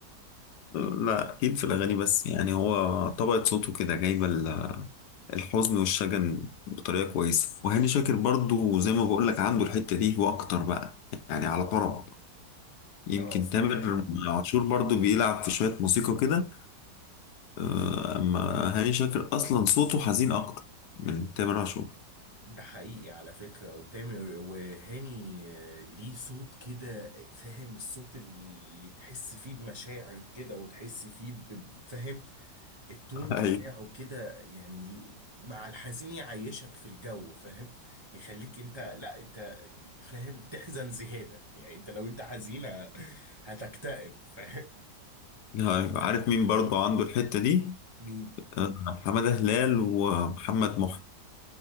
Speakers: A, on the left; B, on the right.
A: لا اكيد في الاغاني بس يعني هو طبقة صوته كده جايبة ال- الحزن والشجن بطريقة
B: مم.
A: كويسة وهاني شاكر برضو زي ما بقول لك عنده الحتة دي واكتر بقى يعني
B: مم.
A: على طرب يمكن
B: اه
A: تامر عاشور برضو بيلعب في شوية موسيقى كده آه، اما هاني شاكر اصلا صوته حزين اكتر من تامر عاشور
B: ده حقيقي على فكرة وتامر وهاني آه، ليه صوت كده فاهم الصوت اللي تحس فيه بمشاعر كده وتحس فيه ب- ب- فاهم التون
A: ايوه
B: بتاعه كده يعني ال- مع الحزين يعيشك في الجو فاهم يخليك انت لا انت فاهم تحزن زيادة يعني انت لو انت حزينة هتكتئب فاهم
A: أيوة. عارف مين برضو عنده الحتة دي
B: مين
A: آه، حمادة هلال ومحمد محي